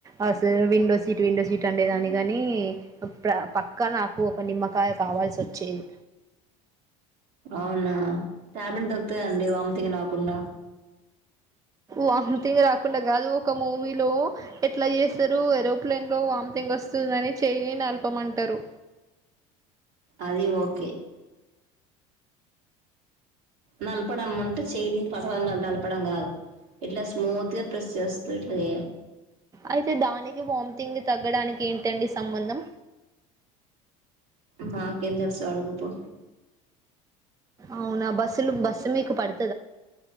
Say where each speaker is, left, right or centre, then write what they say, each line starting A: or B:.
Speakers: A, on the right; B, on the right.
A: అస్సల్ విండో సీట్ విండో సీట్ అండే దాన్ని కాని ప్ర పక్కా నాకు ఒక నిమ్మకాయ కావ వాయిస్ వచ్చేది.
B: అవునా ట్యాబ్లెట్ దొక్కుతాయండి వామిథీంగ్ రాకుండా.
A: వామ్థంగ్ రాకుండా కాదు ఒక మూవీలో ఎట్లా చేస్తారు ఏరోప్లేన్ లో వామ్. వాంతిం కొస్తుందని చేయి నలపమంటారు.
B: అది ఓకే. నలపడంమంటే చెయ్యిని పతన్నాలు నలపడం కాదు. ఇట్లా స్మూత్గా ప్రెస్ చేస్తారే.
A: అయితే దానికి వామిటింగ్ తగ్గడానికి ఏంటండి సంబంధం.
B: మాకేం తెలుసు అడుగూపో.
A: అవునా బస్సులు బస్సు మీకు పడుతు.